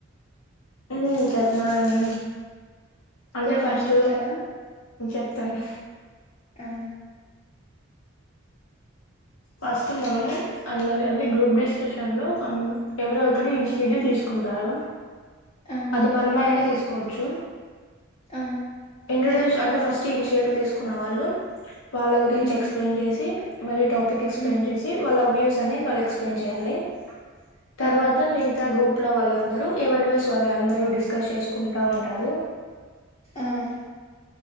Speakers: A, on the left (about 80°); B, on the left (about 30°).
A: ఊ చెప్పినారు అండి. అంటే
B: కొంచెం
A: ఫస్ట్,
B: చెప్తారా
A: చెప్తాను.
B: ఆ.
A: ఫస్టు మనము, అందరిది అన్ని గ్రూప్ డిస్కషన్ లో మనము ఎవరెవరో ఒకరి ఇనిషియేటివ్ తీసుకుంటారో.
B: ఆ
A: అది మనమైనా, తీసుకు. కొచు.
B: ఆ.
A: ఇంట్రడ్యూస్ అంటే? ఫస్ట్ ఇనిషియేటివ్ తీసుకున్న వాళ్లు. వాళ్ల గురించి
B: హ్మ్
A: ఎక్స్‌ప్లెయిన్ చేసి. మళ్లీ ఈడు? టాపిక్ ఎక్స్‌ప్లెయిన్
B: హ్మ్
A: చేసి, వాళ్ల వ్యూస్. తనే, వాళ్ల ఎక్స్‌ప్లెయిన్ చేయాలి? తర్వాత,
B: ఆ
A: మిగతా గ్రూప్. <unintelligible> ప్ లో వాళ్లందరూ, ఎవరి వ్యూస్ వాళ్లందరూ డిస్కస్ చేసుకుంటా ఉంటారు.
B: ఆహ్.